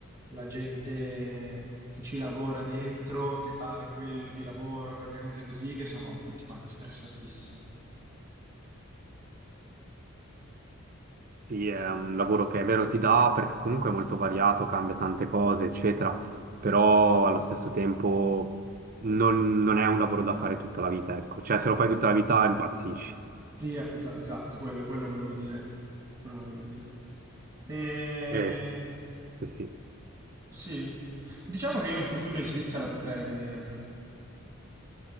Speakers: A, on the right (about 15°); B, on the right (about 40°).
A: la gente che ci lavora dentro, che fa quello di lavoro, che organizza così, che sono tutti quanti stressatissimi.
B: Sì, è un lavoro che è vero ti dà perché comunque è molto variato, cambia tante cose, eccetera, però allo stesso tempo non, non è un lavoro da fare tutta la vita, ecco. Cioè, se lo fai tutta la vita impazzisci.
A: Sì, esa- esatto, quello, quello volevo dire. Quello volevo dire. E...
B: Eh, sì, sì, sì.
A: Sì, diciamo che io un futuro in Svizzera potrei vedermi.